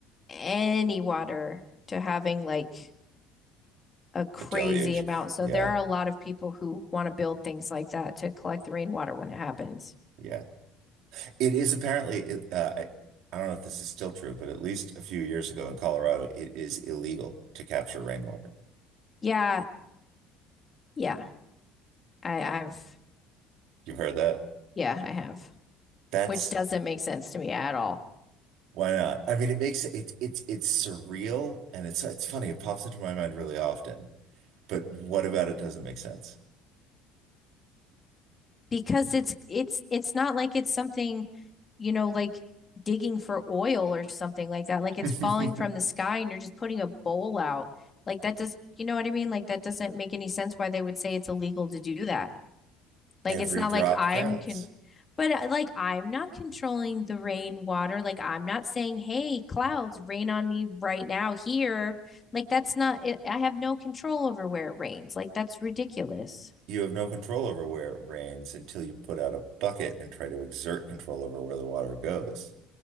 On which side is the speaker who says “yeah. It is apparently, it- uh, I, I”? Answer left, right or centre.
Right